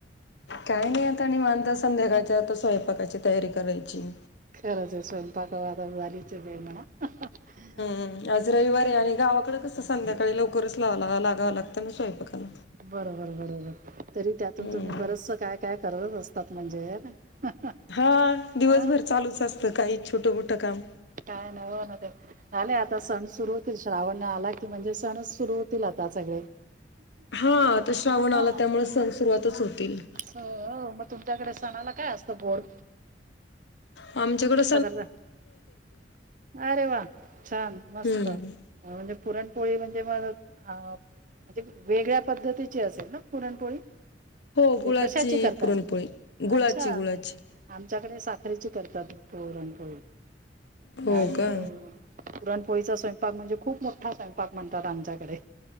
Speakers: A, on the left; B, on the right.
A: काय नाही आता निवांत संध्याकालच्या आता स्वयंपाकाची तयारी करायची.
B: खरच आहे स्वयंपाक करायची आता झालीच वेळ म्हणा. अ हं.
A: हं आज रविवार आहे आणि गावाकड कसं संध्याकाळी लवकरच लावा ला लागाव लागतं ना स्वयंपाकाला.
B: बरोबर बरोबर. तरी त्यातून
A: हम्म
B: तुम्ही बरचस काय काय करत असतात म्हणजे. <inaudible>
A: हा दिवसभर
B: हा
A: चालूच असतं काही छोटं मोठ काम.
B: काही नाही हो ना ते. आले आता सण सुरू होतील श्रावण आला की म्हणजे सणच सुरु होतील आता सगळे.
A: हो. आता श्रावण
B: हा
A: आला त्यामुळे सन सुरुवातच होतील.
B: हो. ओ म तुमच्याकडे सणाला काय असतं मग गोड?
A: आमच्याकडं
B: पदार्थ, अरे वा छान मस्त.
A: हम्म
B: हं म्हणजे पुरणपोळी म्हणजे म हा अ म्हणजे वेगळ्या पद्धतीची असेल ना पुरणपोळी.
A: हो
B: म्हणजे
A: गुळाची
B: कशाची करता
A: पुरणपोळी गुळाची
B: अच्छा,
A: गुळाची
B: आमच्याकडे साखरेची करतात पुरणपोळी
A: हो
B: आणि
A: का
B: पुरणपोळीचा स्वयंपाक म्हणजे खूप मोठा स्वयंपाक म्हणतात आमच्याकडे.